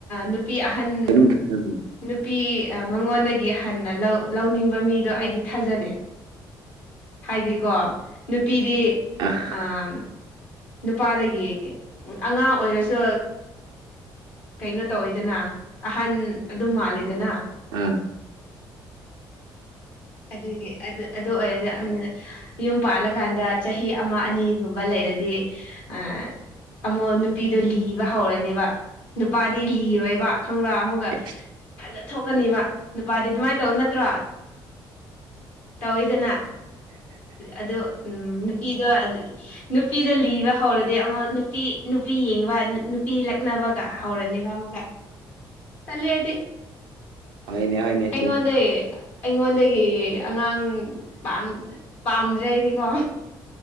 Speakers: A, on the left; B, on the right.
A: ꯅꯨꯄꯤ ꯑꯍꯟ
B: <unintelligible>
A: ꯅꯨꯄꯤ ꯃꯉꯣꯟꯗꯒꯤ ꯍꯟꯅ ꯂꯧ ꯂꯧꯅꯤꯡꯕ ꯃꯤꯗꯣ ꯑꯩꯗꯤ ꯊꯥꯖꯗꯦ ꯍꯥꯏꯗꯤꯀꯣ ꯅꯨꯄꯤꯗꯤ
B: ꯑꯍ
A: <unintelligible> ꯅꯨꯄꯥꯗꯒꯤ ꯑꯉꯥꯡ ꯑꯣꯏꯔꯁꯨ ꯀꯩꯅꯣ ꯇꯧꯋꯤꯗꯅ ꯑꯍꯟ ꯑꯗꯨ ꯃꯥꯜꯂꯦꯗꯅ
B: ꯑꯥ
A: ꯑꯗꯨꯒꯤ ꯑꯗꯨ ꯑꯗꯨ ꯑꯣꯏꯔꯗꯤ ꯑꯩꯅ ꯌꯨꯝ ꯄꯥꯜꯂꯀꯥꯟꯗ ꯆꯍꯤ ꯑꯃ ꯑꯅꯤꯒꯨꯝꯕ ꯂꯩꯔꯗꯤ ꯑ ꯑꯃꯛ ꯅꯨꯄꯤꯗꯣ ꯂꯤꯕ ꯍꯧꯔꯅꯦꯕ ꯅꯨꯄꯥꯗꯤ ꯂꯤꯔꯣꯏꯕ ꯈꯪꯕ꯭ꯔꯥ ꯑꯃꯨꯛꯒ
B: <inaudible>
A: ꯐꯥꯖ ꯊꯣꯛꯀꯅꯤꯕ ꯅꯨꯄꯥꯗꯤ ꯑꯗꯨꯃꯥꯏꯟ ꯇꯧ ꯅꯠꯇ꯭ꯔꯣ ꯇꯧꯋꯤꯗꯅ ꯑꯗꯨ ꯎꯝ ꯅꯨꯄꯤꯗꯣ ꯅꯨꯄꯤꯗ ꯂꯤꯕ ꯍꯧꯔꯗꯤ ꯑꯃꯨꯛ ꯅꯨꯄꯤ ꯅꯨꯄꯤ ꯌꯦꯡꯕ ꯅꯨꯄꯤ ꯂꯛꯅꯕꯒ ꯍꯧꯔꯅꯦꯕ ꯑꯃꯒ ꯇꯜꯂꯦ ꯑꯩꯗꯤ
B: ꯍꯣꯏꯅꯦ ꯍꯣꯏꯅꯦ
A: ꯑꯩꯉꯣꯟꯗꯒꯤ
B: ꯁꯨꯝ
A: ꯑꯩꯉꯤꯟꯗꯒꯤ ꯑꯉꯥꯡ ꯄꯝ ꯄꯥꯝꯗ꯭ꯔꯦ ꯑꯩꯗꯤꯀꯣ